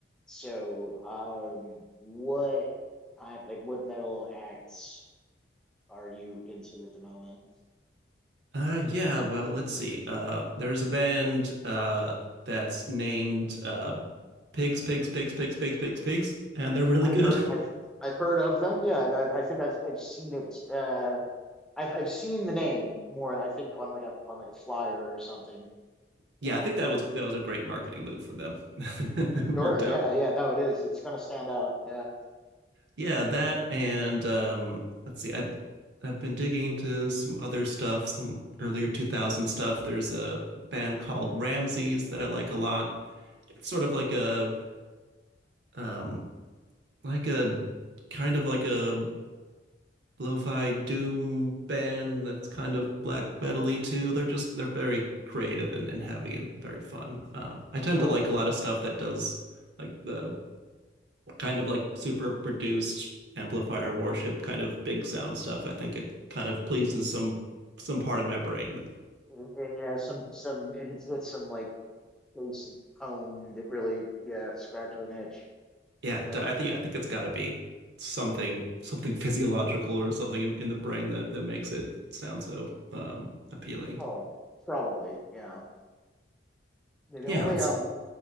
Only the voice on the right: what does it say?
Uh, yeah, well, let's see. Uh, there's a band uh, that's named uh, Pigs, Pigs, Pigs, Pigs, Pigs, Pigs, Pigs, and they're really
good.
<laughs>
Yeah,
I think that was that was a great marketing move for them. <laughs> It Worked
out.
Yeah, that and um, let's see. I I've been digging into some other stuff, some earlier 2000 stuff. There's a band called Ramses that I like a lot. It's sort of like a um, like a kind of like a lo-fi doom band that's kind of black metal-y too. They're just they're very creative and, and heavy and very fun. Uh, I tend
to like a lot of stuff that does like the kind of like super produced amplifier worship kind of big sound stuff. I think it kind of pleases some some part of my brain. that-
Yeah,
I think I think it's got to be something something physiological or something in, in the brain that that makes it sound so um appealing.
Yeah,
let's.